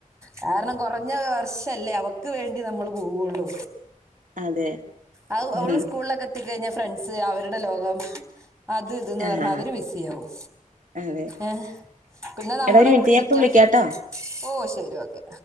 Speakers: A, on the right (about 20°); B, on the right (about 70°).
A: കാരണം കൊറ ഞ്ഞ വർഷല്ലേ അവക്ക് വേണ്ടി നമ്മള് പോവുള്ളു.
B: അതെ
A: അത് അവള്
B: ഉം
A: സ്കൂളിലക്കെത്തിക്കഴിഞ്ഞ ഫ്രണ്ട്സ് അവരുടെ ലോകം. അത് ഇത്‌ന് ന്നർഞ്
B: ആഹ്
A: അവര് ബിസി ആവും
B: അതെ
A: ഏ. പിന്നെ നമ്മുടെ
B: എടാ ഒരു മിനിറ്റ്
A: കൂടെ
B: ഞാൻ
A: ഇരിക്കാൻ
B: ഇപ്പൊ വിളിക്കാട്ടോ
A: ഓ ഇഷ് രി ഓക്കെ.